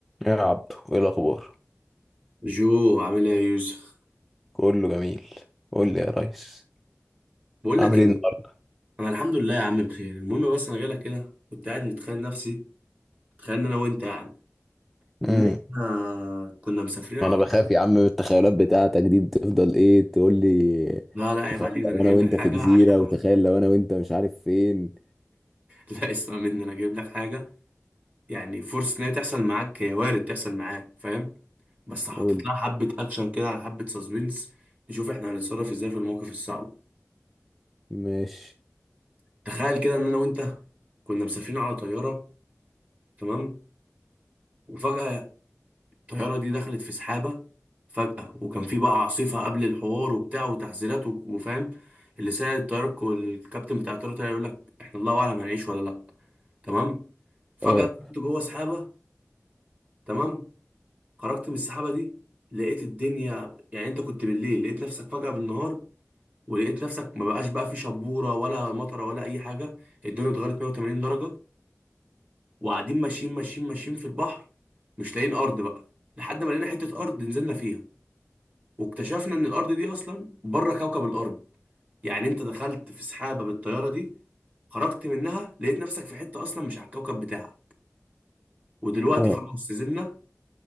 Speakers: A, in the centre; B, on the right (about 30°).
A: يا عبدو ايه الاخبار
B: جو عامل ايه يا يوسف
A: كله جميل قول لي يا ريس
B: بقول
A: عامل
B: لك ايه
A: ايه النهارده
B: انا الحمد لله يا عم بخير المهم بس انا جاي لك كده كنت قاعد متخيل نفسي تخيل ان انا وانت يعني ان
A: امم
B: احنا كنا مسافرين
A: انا
B: على طول
A: بخاف يا عم من التخيلات بتاعتك دي بتفضل ايه تقول لي
B: لا لا عيب
A: تخيل
B: عليك ده
A: لو
B: انا جايب
A: انا وانت
B: لك حاجه
A: في جزيرة
B: عشان <laughs>
A: وتخيل لو انا وانت مش عارف فين
B: لا اسمع مني انا جايب لك حاجه يعني فرصه ان هي تحصل معاك هي وارد تحصل معاك فاهم بس حاطط
A: قول
B: لها
A: لي
B: حبه اكشن كده على حبه سسبنس نشوف احنا هنتصرف ازاي في المواقف الصعبه
A: ماشي
B: تخيل كده ان انا وانت كنا مسافرين على طياره تمام وفجأة الطيارة دي دخلت في سحابة فجأة وكان في بقى عاصفة قبل الحوار وبتاع وتحذيرات و- وفاهم اللي ساعد الطيارة الكو- الكابتن بتاع الطيارة طلع يقول لك احنا الله أعلم هنعيش ولا لأ تمام فجأة
A: اه
B: كنت جوه سحابة تمام خرجت من السحابة دي لقيت الدنيا يعني انت كنت بالليل لقيت نفسك فجأة بالنهار ولقيت نفسك ما بقاش بقى في شبورة ولا مطرة ولا أي حاجة الدنيا اتغيرت 180 درجة وقاعدين ماشيين ماشيين ماشيين في البحر مش لاقيين أرض بقى لحد ما لقينا حتة أرض نزلنا فيها واكتشفنا ان الارض دي اصلا بره كوكب الارض يعني انت دخلت في سحابه بالطياره دي خرجت منها لقيت نفسك في حته اصلا مش على الكوكب بتاعك ودلوقتي
A: اه
B: خلاص نزلنا